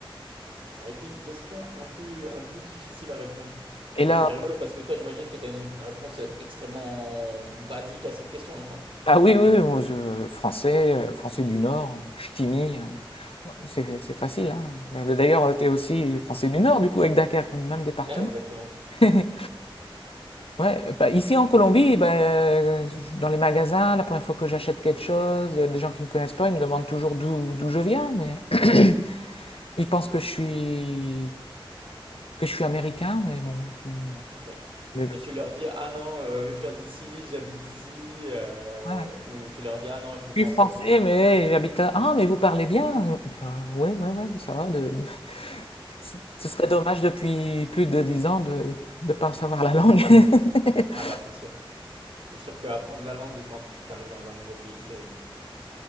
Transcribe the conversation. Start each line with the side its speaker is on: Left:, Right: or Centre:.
Right: ça a été une question un peu, un peu difficile à répondre. Ce
Left: Et
Right: qui
Left: là,
Right: est, ce qui est rigolo, parce que toi, j'imagine que tu as une réponse extrêmement basique à cette question, non? <laughs>
Left: Ah oui, oui, oui, moi, je- euh, français, euh, français du Nord, ch'timi, euh, c'est c'est facile, hein. Mais- mais D'ailleurs, tu es aussi français du Nord, du coup, avec Dunkerque, même département.
Right: Ouais, exactement.
Left: <laughs> Ouais, bah, ici en Colombie, bah, euh, je- dans les magasins, la première fois que j'achète quelque chose, euh, des gens qui me connaissent pas, ils me demandent toujours d'où d'où je viens, mais <clears throat> ils pensent que je suis que je suis américain, mais bon, c'est-
Right: Ok.
Left: mais,
Right: Mais tu leur dis, ah non, euh, je viens d'ici, j'habite ici, euh,
Left: ouais,
Right: ou tu leur dis, ah non, je suis français.
Left: Je suis français, mais j'habite là. Ah, mais vous parlez bien? Ah, ouais, ouais, ouais, ça va. De, de- Ce ce serait dommage depuis plus de dix ans de ne pas savoir la langue. <laughs>
Right: Ah bah c'est sûr. C'est sûr qu'apprendre la langue quand tu arrives dans un nouveau pays, c'est,